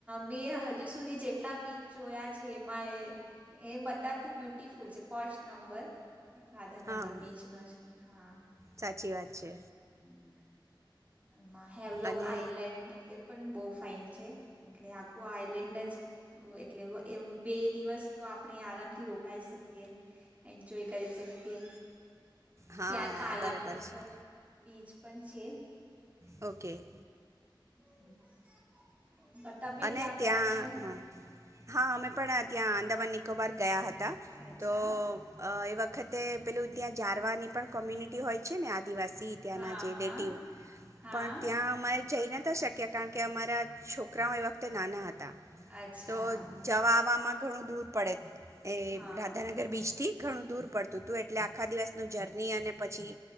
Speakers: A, on the right; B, on the right.
A: મેં હજી સુધી જેટલા બીચ જોયા છે, એમાં એ બધાથી બ્યુટિફુલ છે. ફર્સ્ટ નંબર રાધાનગર
B: હા
A: બીચ નો છે. હા.
B: સાચી વાત છે.
A: હમ. હેવ લોક
B: અને
A: આઈલેન્ડ એ પણ બવ ફાઈન છે. એટલે આખું આઈલેન્ડ જ એટલે બે દિવસ તો આપણે આરામથી રોકાઈ શકીએ, એન્જોય કરી શકીએ.
B: હા
A: ત્યાં કાલા
B: બરાબર
A: પથ્થર,
B: છે
A: બીચ પણ છે.
B: ઓકે.
A: <inaudible> તમે
B: અને
A: ક્યાં
B: ત્યાં,
A: ગયા છો
B: હા હા અમે પણ આ ત્યાં અંદમાન નિકોબાર ગયા હતા
A: અચ્છા
B: તો અ વખતે પેલું ત્યાં જારવાની પણ કોમ્યુનિટી હોય છે ને આદિવાસી ત્યાંના
A: હા
B: જે
A: હા
B: લેટિવ
A: હા
B: પણ ત્યાં અમારે જઈ નતા શક્યા કારણ કે અમારા છો છોકરાઓ એ વખતે નાના હત
A: અચ્છા
B: તો જવા-આવવામાં. ઘણું દૂર પડે. એ
A: હા
B: રાધાનગર બીચ થી ઘણું દૂર પડતું હતું એટલે આખા દિવસનું જે ની અને પછી